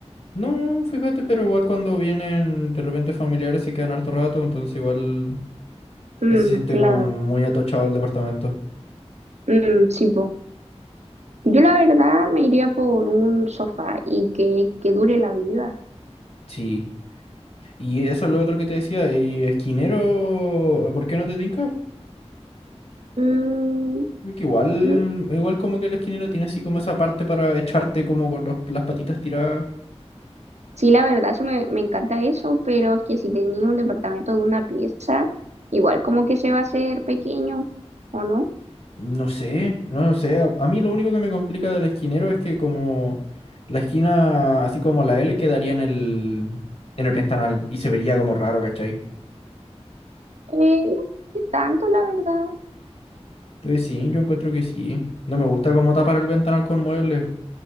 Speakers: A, on the left; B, on the right.
A: No, fíjate, pero igual cuando vienen de repente familiares se quedan harto rato, entonces igual...
B: Mm,
A: Se siente
B: claro.
A: como muy atochado el departamento.
B: Mm, sí, pues. Yo la verdad me iría por un sofá y que, que dure la vida.
A: Sí. Y eso es lo otro que te decía. Y esquinero, ¿por qué no te tinca?
B: Mm,
A: Porque igual,
B: mm,
A: igual como que el esquinero tiene así como esa parte para echarte como con los- las patitas tiradas.
B: sí, la verdad, eso me, me encanta eso, pero es que si tenía un departamento de una pieza, igual como que se va a hacer pequeño, ¿o no?
A: No sé, no lo sé. A, a mí lo único que me complica del esquinero es que como la esquina, así como la L, quedaría en el, en el ventanal y se vería como raro, ¿cachai?
B: Eh, no sé tanto, la verdad.
A: Entonces sí, yo encuentro que sí. No me gusta como tapar el ventanal con muebles.